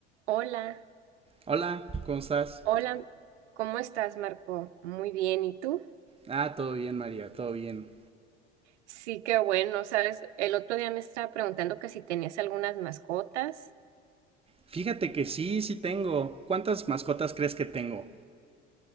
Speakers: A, on the right (about 80°); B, on the right (about 15°).
A: Hola,
B: Hola, ¿cómo estás?
A: hola, ¿cómo estás, Marco? Muy bien, ¿y tú?
B: Ah, todo bien, María, todo bien.
A: Sí, qué bueno, sabes, el otro día me estaba preguntando que si tenías algunas mascotas.
B: Fíjate que sí, sí tengo. ¿Cuántas mascotas crees que tengo?